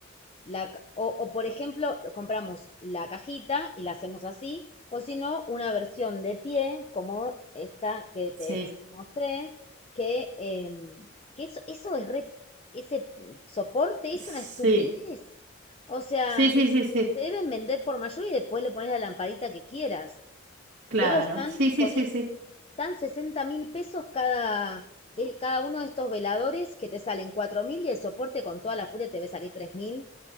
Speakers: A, on the left; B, on the right.
A: la, o, o, por ejemplo, lo- compramos la cajita y la hacemos así, o si no, una versión de pie, como esta que
B: Sí,
A: te mostré, que, em, que eso, eso es re- ese soporte es
B: sí,
A: una estupidez. O sea,
B: sí, sí,
A: es-
B: sí, sí,
A: se deben vender por mayor y después le pones la lamparita que quieras.
B: claro,
A: Pero están
B: sí, sí,
A: con
B: sí,
A: es-
B: sí.
A: están sesenta mil pesos cada, de cada uno de estos veladores que te salen cuatro mil y el soporte con toda la furia te debe salir tres mil.